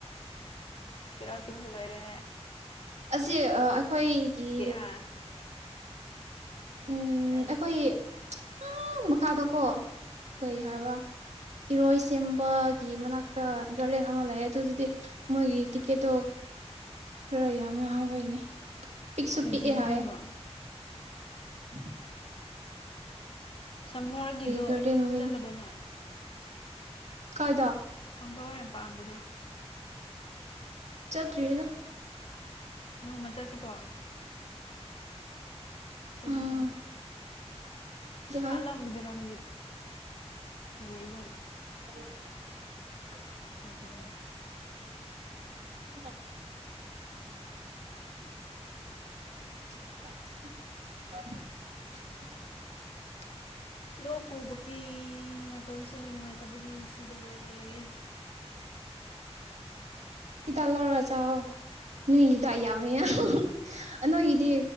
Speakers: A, on the left (about 50°); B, on the right (about 80°).
A: ꯁꯤꯔꯋꯥꯁꯤꯁꯤꯡꯁꯨꯜ ꯋꯥꯔꯦ
B: ꯑꯁꯤꯁꯦ ꯑꯩꯈꯣꯏꯒꯤ
A: ꯑꯥ
B: ꯎꯝ
A: ꯀꯥꯏꯗ
B: ꯑꯩꯈꯣꯏ ꯑ ꯃꯈꯥꯗꯀꯣ ꯀꯩ ꯍꯥꯏꯕ꯭ꯔꯥ
A: ꯑꯥ
B: ꯏꯔꯣꯏ ꯁꯦꯝꯕꯒꯤ ꯃꯅꯥꯛꯇ ꯒꯥꯔꯗꯦꯟ ꯑꯃ ꯂꯩ ꯑꯗꯨꯗꯨꯗꯤ ꯃꯣꯏꯒꯤ ꯇꯤꯛꯀꯦꯠꯇꯣ ꯈꯔ ꯌꯥꯝꯃꯦ ꯍꯥꯏꯕꯒꯤ ꯄꯤꯛꯁꯨ
A: ꯀꯩ
B: ꯄꯤꯛꯑꯦ
A: ꯀꯩ ꯂꯣꯏ
B: ꯍꯥꯏꯌꯦꯦ
A: ꯍꯥꯏꯕ꯭ꯔꯣ
B: ꯎꯝ
A: ꯁꯝꯅꯔꯒꯤꯗꯣ
B: ꯒꯥꯔꯗꯦꯟ ꯃꯃꯤꯡ
A: ꯆꯠꯂꯕꯅꯣ
B: ꯀꯥꯏꯗ
A: ꯁꯝꯐ꯭ꯂꯋꯥꯔ ꯌꯥꯝ ꯄꯥꯝꯕꯗꯣ
B: ꯆꯠꯠꯇ꯭ꯔꯤꯗ
A: ꯅꯣꯡꯃꯖꯁꯤ ꯄꯥꯎ ꯆꯅꯤꯡꯉꯩꯗꯤ
B: ꯎꯝ ꯌꯥꯏ
A: ꯁꯥꯠꯂꯝꯒꯗ꯭ꯔꯥ ꯍꯧꯖꯤꯛ ꯂꯣꯏ ꯆꯂꯣ
B: ꯍ
A: ꯃꯇ
B: ꯎꯝ <unintelligible>
A: ꯂ ꯎꯕ ꯀ ꯍꯇꯣꯁꯦ ꯅꯨꯡꯉꯥꯏꯇꯕꯒꯤ ꯁꯤꯗꯣꯔꯦ
B: ꯍꯤꯇ ꯂꯧꯔ ꯆ ꯅꯣꯏꯒꯤꯗ ꯌꯥꯎꯅꯤꯅ ꯅꯣꯏꯒꯤꯗꯤ